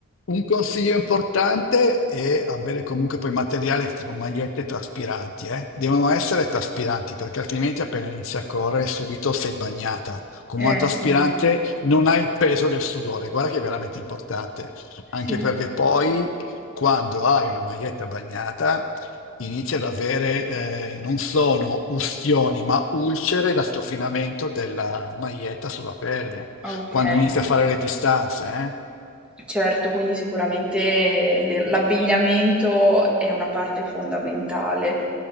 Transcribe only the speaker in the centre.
Eh
sì,
sì,
okay.
Certo, quindi sicuramente le l'abbigliamento è una parte fondamentale.